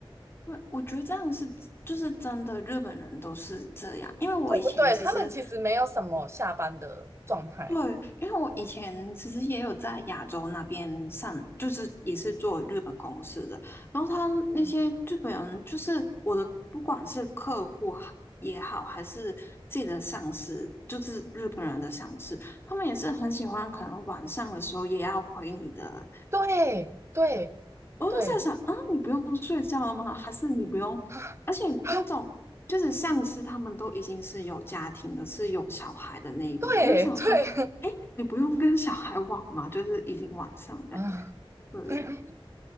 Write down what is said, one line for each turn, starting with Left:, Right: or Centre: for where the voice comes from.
Left: 对，我觉得这样是就是真的，日本人都是这样，因为我以前其实
Right: 不对，他们其实没有什么下班的状态。
Left: 对，因为我以前其实也有在亚洲那边上，就是也是做日本公司的，然后他那些日本人，
Right: 嗯，
Left: 就是我的，不管是客户哈也好，还是自己的上司，就是日本人的上司，他们也是很喜欢，可能晚上的时候也要回你的
Right: 对对
Left: 我就在想啊，
Right: 对，
Left: 你不用睡觉了吗？还是你不用？
Right: 啊
Left: 而且那种就是上司他们都已经是有家庭的，
Right: 啊，
Left: 是有小孩的那一种，
Right: 对对
Left: 我就想说，哎，你不用跟小孩玩嘛，就是已经晚上了，
Right: 啊，
Left: 对
Right: <laughs>